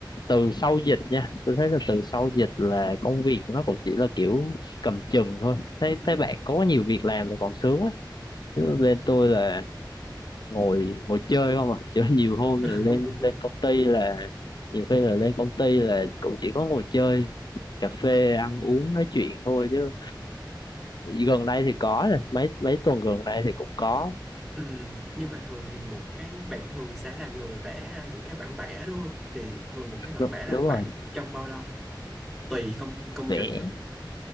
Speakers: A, on the left; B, in the centre.
A: từ sau dịch nha tôi thấy là từ sau dịch là công việc nó cũng chỉ là kiểu cầm chừng thôi thấy
B: ừ
A: thấy bạn có nhiều việc làm là còn sướng á chứ bên tôi là ngồi ngồi chơi không à chứ nhiều hôm
B: <laughs>
A: là lên lên công ty là nhiều khi là lên công ty là cũng chỉ có ngồi chơi cà phê ăn uống nói chuyện thôi chứ gần đây thì có rồi mấy mấy tuần gần đây thì cũng có
B: ừ nhưng mà thường thì một cái bạn thường sẽ là người vẽ ra những cái bản vẽ đúng không thì thường một cái bản
A: đúng,
B: vẽ là
A: đúng
B: khoảng
A: rồi
B: trong bao lâu tùy không công
A: vẽ
B: trình hả